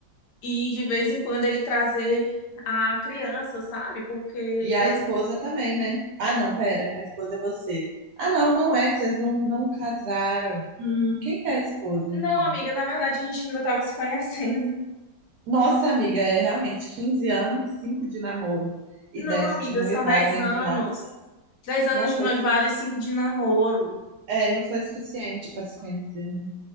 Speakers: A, on the left; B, on the right.
A: e de vez em quando ele trazer a criança, sabe? Porque
B: E a
A: eu
B: esposa
A: não.
B: também, né? Ah, não, pera, a esposa é você. Ah, não, não é, que vocês não, não casaram. Hum, quem que é a esposa,
A: Não,
B: então?
A: amiga, na verdade a gente ainda estava se conhecendo.
B: Nossa, amiga, é realmente 15 anos, 5 de namoro e
A: Não,
B: 10
A: amiga,
B: de noivado,
A: são 10
B: entre
A: anos.
B: aspas.
A: dez anos
B: Não foi
A: de noivado e cinco de namoro.
B: É, e não foi suficiente para se conhecer, né?